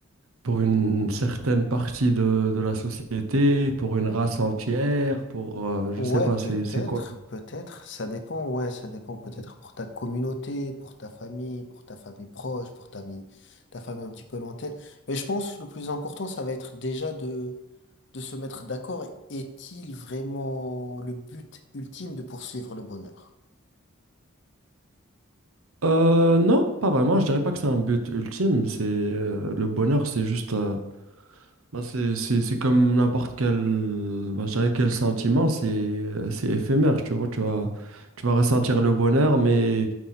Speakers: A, on the right; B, on the left.
A: pour une certaine partie de, de la société, pour une race entière, pour euh, je
B: Ouais,
A: sais pas,
B: peut-être,
A: c'est c'est quoi quoi.
B: peut-être, ça dépend, ouais, ça dépend peut-être pour ta communauté, pour ta famille, pour ta famille proche, pour ta, mi- ta famille un petit peu lointaine. Mais je pense que le plus important, ça va être déjà de, de se mettre d'accord. Est-il vraiment le but ultime de poursuivre le bonheur?
A: Euh, non, pas vraiment. Je dirais pas que c'est un but ultime. C'est euh, le bonheur, c'est juste. euh, bah, c'est c'est c'est comme n'importe quel. bah, je dirais quel sentiment. C'est euh, c'est éphémère. Tu vois, tu vas tu vas ressentir le bonheur, mais